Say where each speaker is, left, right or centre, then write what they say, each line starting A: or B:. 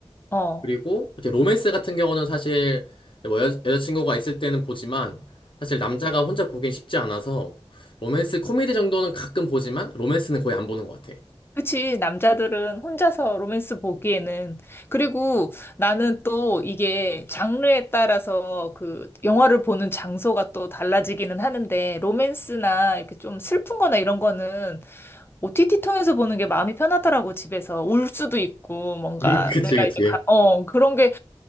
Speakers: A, on the left; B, on the left.
A: 어,
B: 그리고 이제 로맨스 같은 경우는 사실 뭐 여, 여자친구가 있을 때는 보지만 사실 남자가 혼자 보긴 쉽지 않아서 로맨스 코미디 정도는 가끔 보지만 로맨스는 거의 안 보는 것 같아.
A: 그치, 남자들은 혼자서 로맨스 보기에는. 그리고 나는 또 이게 장르에 따라서 그 영화를 보는 장소가 또 달라지기는 하는데, 로맨스나 이렇게 좀 슬픈 거나 이런 거는 OTT 통해서 보는 게 마음이 편하더라고, 집에서. 울 수도 있고, 뭔가
B: <laughs> 그치,
A: 내가
B: 그치.
A: 이제, 가, 어, 그런 게